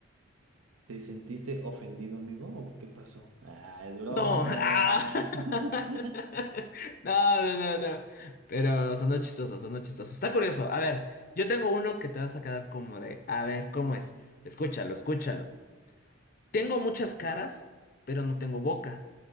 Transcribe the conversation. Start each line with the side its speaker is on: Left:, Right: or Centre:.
Right: ¿Te sentiste ofendido, amigo? ¿O qué pasó? Ah, es broma.
Left: No, ah.
Right: <laughs>
Left: <laughs> No, no, no, no. Pero son chistosos, son chistosos. Está curioso. A ver, yo tengo uno que te vas a quedar como de, a ver, ¿cómo es? Escúchalo, escúchalo. Tengo muchas caras, pero no tengo boca.